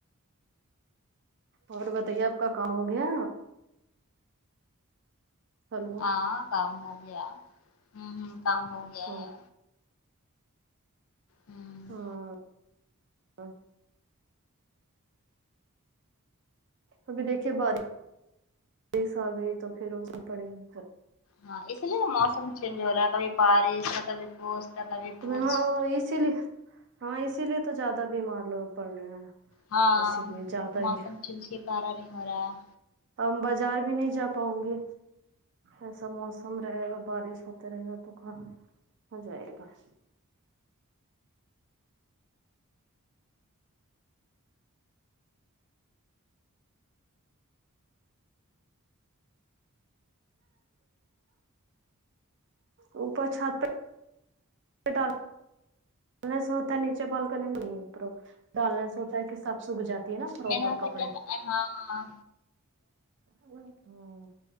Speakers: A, on the right; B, on the left.
A: اور بتائیے آپ کا کام ہو گیا ہلو
B: ہاں کام ہو گیا ہوں ہوں کام ہو گیا
A: ہاں
B: ہے ہوں
A: ہاں ا ابھی دیکھیے بارش بس آ گئی تو پھر اسے پڑے ہم
B: ہاں اس لیے موسم چینج ہو رہا ہے کبھی بارش کبھی کچھ تو کبھی کچھ
A: ہاں اسی لیے ہاں اسی لیے تو زیادہ بیمار لوگ پڑ رہے ہیں
B: ہاں
A: اسی لیے زیادہ
B: موسم
A: ہی
B: چینج کے کارن ہی ہو رہا ہے
A: ا بازار بھی نہیں جا پاؤں گی ایسا موسم رہے گا بارش ہوتے رہے گا تو کاں ہو جائے گا کا اوپر چھت پے <unintelligible> دال نئی ایسا ہوتا ہے نیچے بالکنی میں نہیں ہے ڈال نے سے ہوتا ہے کہ سب سوکھ جاتا ہے تی ہے نا پروپر
B: میں نے ہوتا
A: کپڑے
B: کیا ہاں ہاں
A: ہوں